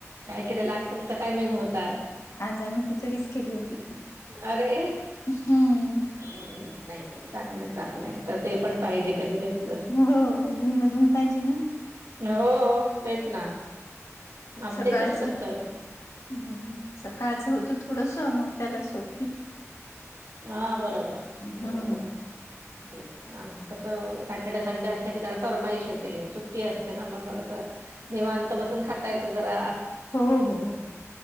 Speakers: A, on the right; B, on the left.
A: काय केलेला, आज तुमचा काय मेन्यू होता. आज
B: आज आम्ही खिचडीच केली होती.
A: अरे
B: हम्म.
A: हम्म, नाही नाही, चांगलंय- चांगलंय, तर ते पण पाहिजे कधी -कधी.
B: हो, अधून मधून पाहिजे ना,
A: हो हो, तेच ना, आमचंही
B: सकाळच
A: तसच
B: हम्म,
A: असतं
B: सकाळचं होतं. थोडस मग त्याला सोप
A: हा बरोबर,
B: हम्म.
A: बरोबर ते आमचं कसं सॅटर्डे संडे असलं की जरा फरमाईश येते सुट्टी असते ना मग थोडस निवांत बसून खाता येत जरा.
B: हो हो